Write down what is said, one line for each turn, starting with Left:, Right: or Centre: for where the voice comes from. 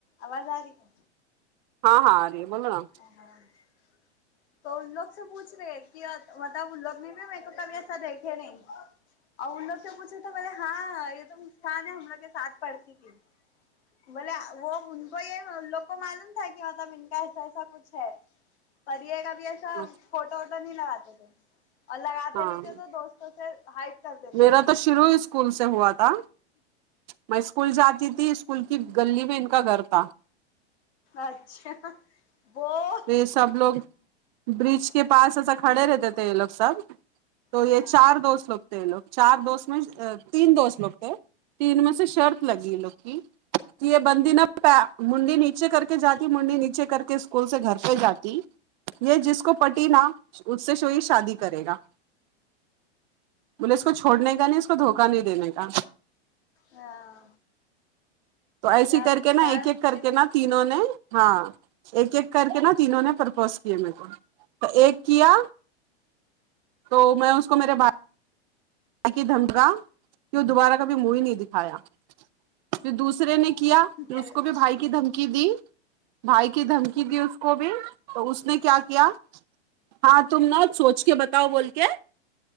Left: آواز آ رہی ہے
Right: ہاں ہاں آرہی ہے بولو نا
Left: <inaudible> تو ان لوگ سے پوچھ رہے کہ مطلب ان لوگ نے بھی میرے کو کبھی ایسا دیکھے نہیں اور ان لوگ سے پوچھے تو بولے ہاں یہ تو مستان ہے ہم لوگ کے ساتھ پڑتی تھی بولے وہ ان کو یہ ان لوگ کو معلوم تھا کہ مطلب ان کا ایسا ایسا کچھ ہے پر یہ کبھی ایسا
Right: ہاں
Left: فوٹو ووٹو نہیں لگاتے تھے اور لگاتے
Right: ہاں
Left: بھی تھے تو دوست وں سے ہائڈ کر دیتے
Right: میرا
Left: تھے
Right: تو شروع اسکول سے ہوا تھا میں اسکول جاتی تھی اسکول کی گلی میں ان کا گھر تھا
Left: اچھا بو
Right: یہ سب لوگ برج کے پاس ایسا کھڑے رہتے تھے یہ لوگ سب تو
Left: ہاں
Right: یہ چار دوست لوگ تھے یہ لوگ چار دوست میں تین دوست لوگ تھے تین میں سے شرت لگی یہ لوگ کی یہ بندی نہ پ منڈی نیچے کر کے جاتی منڈی نیچے کر کے اس کول سے گھر پہ جاتی یہ جس کو پٹی نا اس سے ہوئی شادی کرے گا بولے اس کو چھوڑنے کا نہیں اس کو دھوکا نہیں دینے کا
Left: ہاں
Right: تو ایسی
Left: شر
Right: کر کے
Left: شر
Right: نا ایک ایک کر کے
Left: چکر
Right: نا تینوں نے ہاں ایک ایک کر کے نا تینوں نے پرپوز کیے میر کو تو ایک کیا تو میں اس کو میرے بھ ائی کی دھمکا کہ وہ دوبارہ کبھی منہ ہی نہیں دکھایا پھر دوسرے نے کیا
Left: میں
Right: پھر اس کو بھی بھائی کی دھمکی دی بھائی کی دھمکی دی اس کو بھی تو اس نے کیا کیا ہاں تم نہ سوچ کے بتاؤ بول کے